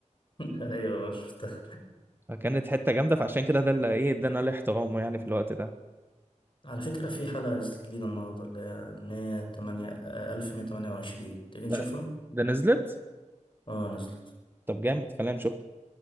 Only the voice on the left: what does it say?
<laughs> أيوة شفتها
على فكرة في حلقة نزلت جديدة النهاردة اللي هي مية تمانية آه، ألف مية تمانية وعشرين تيجي نشوفها؟
اه نزلت